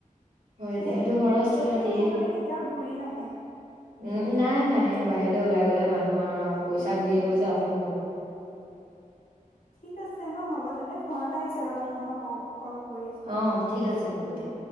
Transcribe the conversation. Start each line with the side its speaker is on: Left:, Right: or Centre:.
Right: হয়
Left: সেই
Right: দিয়া সেইটো খৰচ
Left: সেইটো
Right: এটা দিয়ে,
Left: মুঠতে কেতিয়াও ঘূৰি নাহে
Right: উম নাই নাহে বাহিৰলৈ ওলাই গলে মানুহৰ আহ পইচা
Left: সঁচাকে।
Right: ঘূৰি আহিব যে অসম্ভৱ।
Left: ঠিক আছে ন হ'ব তেন্তে ফোন এটা আহিছে ৰ'বা তোমাৰ ক কল কৰি আছো
Right: অহ ঠিক আছে হ'ব
Left: উম।
Right: দিয়া।